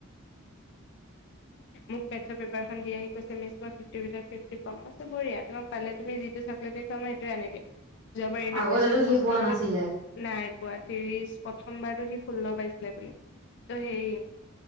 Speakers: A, on the left; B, on the right.
A: মোক পেথ পেপাৰ দি আহি মি মই ফই বঢ়িয়া তোমাক পালে তুমি যিটো চকলেটে মই সেইটোৱ আনিবি যোৱাবাৰ ইউনিট
B: আগতেতো
A: টেষ্টত
B: সি
A: পঁচিছৰ
B: পোৱা
A: ভিতৰত
B: নাছিলে
A: নাই পোৱা ত্ৰিশ প্ৰথমবাৰতো সি ষোল্ল বাইছে ত সেই